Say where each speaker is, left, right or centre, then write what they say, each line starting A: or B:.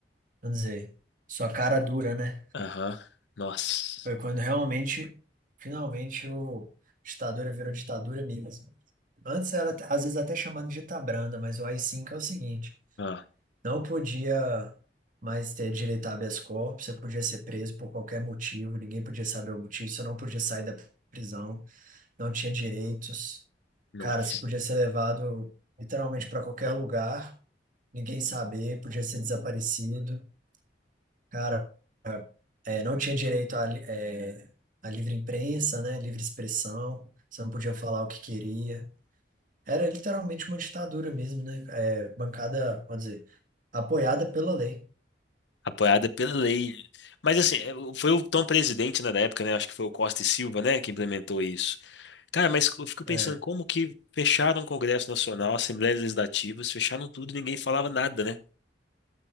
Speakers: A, on the right (about 50°); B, on the left (about 85°).
A: vamos dizer, sua cara dura, né?
B: Aham. Nossa.
A: Foi quando realmente, finalmente, o a ditadura virou ditadura mesmo. Antes era, às vezes, até chamada de ditabranda, mas o ai cinco é o seguinte,
B: Ah,
A: não podia mais ter direito a habeas corpus, você podia ser preso por qualquer motivo, ninguém podia saber o motivo, você não podia sair da prisão, não tinha direitos,
B: nossa.
A: Cara, você podia ser levado literalmente para qualquer lugar, ninguém saber, podia ser desaparecido. Cara, é, não tinha direito à, li- é, à livre imprensa, né? Livre expressão, você não podia falar o que queria. Era literalmente uma ditadura mesmo, né? É, bancada, pode dizer, apoiada pela lei.
B: Apoiada pela lei. Mas assim, é, o- foi o então presidente, né, da época, né? Acho que foi o Costa e Silva, né, que implementou isso. Cara, mas eu fico
A: É.
B: pensando como que fecharam o Congresso Nacional, Assembleias Legislativas, fecharam tudo, e ninguém falava nada, né?